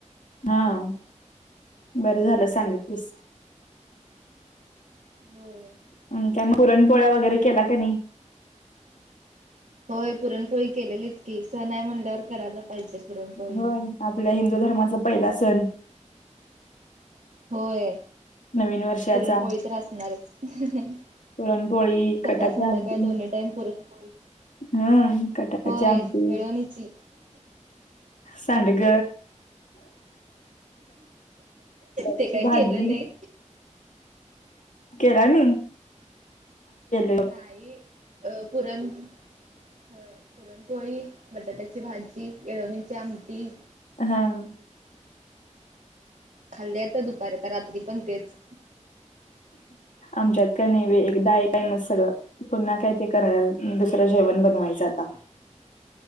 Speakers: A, on the left; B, on the right.
A: हां बरं झाल सांगितलीस
B: होय
A: अन् काय पुरणपोळ्या वगैरे केला का नाही
B: होय पुरणपोळी केलेलीच की सण हाय म्हणल्यावर करायला पाहिजे पुरणपोळी.
A: होय आपल्या हिंदु धर्माचा पहिला सण
B: होय
A: नवीन वर्षाचा
B: पुरणपोळी तर असणारच हं
A: पुरणपोळी
B: सकाळ
A: कटाची
B: संध्याकाळ
A: आमटी
B: दोन्ही टाईम पुरणपोळी
A: हा कटाची
B: होय
A: आमटी
B: येळवणीची
A: सांडग बटाट्याची
B: ते काय
A: भाजी
B: केल नाही
A: केला नाही <unintelligible>
B: नाही अं पुरन होय पुरणपोळी, बटाट्याची भाजी, येळवणीची आमटी
A: हां हां
B: खाल्ली आता दुपारी आता रात्री पण तेच
A: आमच्यात कानी एक <unintelligible> सगळ पुन्हा काय ते करा दुसरं जेवण बनवायच आता